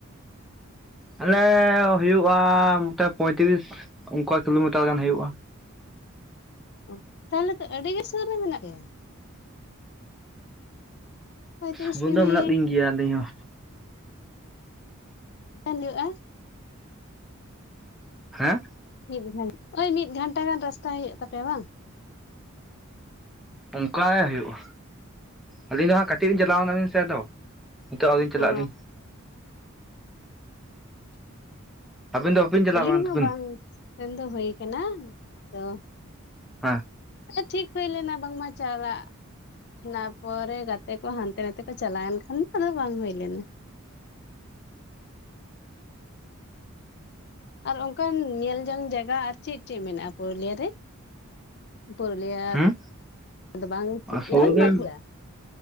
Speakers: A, in the centre; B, on the left (about 50°).
A: ᱟᱞᱮ ᱦᱩᱭᱩᱜᱼᱟ ᱢᱚᱴᱮ ᱯᱚᱸᱭᱛᱨᱤᱥ ᱚᱱᱠᱟ ᱠᱤᱞᱳᱢᱤᱴᱟᱨ ᱜᱟᱱ ᱦᱩᱭᱩᱜᱼᱟ᱾
B: ᱚ ᱛᱟᱦᱚᱞᱮ ᱛᱚ ᱟᱹᱰᱤᱜᱮ ᱥᱩᱨ ᱨᱮ ᱢᱮᱱᱟᱜ ᱯᱮᱭᱟ᱾ ᱯᱚᱸᱭᱛᱨᱤᱥ
A: ᱥᱩᱵᱚᱱᱫᱷᱚ
B: ᱠᱤᱢᱤ
A: ᱢᱮᱱᱟᱜ ᱞᱤᱧ ᱜᱮᱭᱟ ᱟᱹᱞᱤᱧ ᱦᱚᱸ᱾
B: ᱵᱟᱝ ᱦᱩᱭᱩᱜᱼᱟ᱾
A: ᱦᱮᱸ
B: ᱢᱤᱫ ᱜᱷᱚᱱᱴᱟ ᱳᱭ ᱢᱤᱫ ᱜᱷᱚᱱᱴᱟ ᱜᱟᱱ ᱨᱟᱥᱛᱟ ᱦᱩᱭᱩᱜ ᱛᱟᱯᱮᱭᱟ ᱵᱟᱝ?
A: ᱚᱱᱠᱟ ᱜᱮ ᱦᱩᱭᱩᱜᱼᱟ ᱟᱹᱞᱤᱧ ᱫᱚ ᱦᱟᱸᱜ ᱠᱟᱹᱴᱤᱡ ᱨᱮ ᱞᱤᱧ ᱪᱟᱞᱟᱣ ᱮᱱᱟᱞᱤᱧ ᱥᱮ ᱟᱫᱚ ᱱᱤᱛᱚᱜ ᱟᱹᱞᱤᱧ ᱪᱟᱞᱟᱜ
B: ᱚ
A: ᱟᱞᱤᱧ᱾ ᱟᱹᱵᱤᱱ ᱫᱚ ᱵᱟᱹᱵᱤᱱ ᱪᱟᱞᱟᱣ
B: ᱟᱹᱞᱤᱧ
A: ᱠᱟᱱ ᱛᱟᱹᱵᱤᱱ
B: ᱦᱚᱸ ᱵᱟᱝ ᱥᱮᱱ ᱫᱚ ᱦᱳᱭ ᱠᱟᱱᱟ ᱟᱫᱚ
A: ᱦᱟᱸ
B: ᱴᱷᱤᱠ ᱦᱩᱭ ᱞᱮᱱᱟ ᱵᱟᱝᱢᱟ ᱪᱟᱞᱟᱜ ᱚᱱᱟ ᱯᱚᱨᱮ ᱜᱟᱛᱮ ᱠᱚ ᱦᱟᱱᱛᱮ ᱱᱟᱛᱮ ᱠᱚ ᱪᱟᱞᱟᱣᱮᱱ ᱠᱷᱟᱱ ᱟᱫᱚ ᱵᱟᱝ ᱦᱩᱭ ᱞᱮᱱᱟ᱾ ᱟᱨ ᱚᱱᱠᱟᱱ ᱧᱮᱞ ᱡᱚᱝ ᱡᱟᱭᱜᱟ ᱟᱨ ᱪᱮᱫ ᱪᱮᱫ ᱢᱮᱱᱟᱜᱼᱟ ᱯᱩᱨᱩᱞᱤᱭᱟᱹ ᱨᱮ? ᱯᱩᱨᱩᱞᱤᱭᱟᱹᱫᱚ
A: ᱦᱩᱸ
B: ᱵᱟᱝ ᱪᱮᱫ <unintelligible>
A: ᱥᱩᱨ ᱨᱮ
B: ᱵᱟᱸᱠᱩᱲᱟ᱾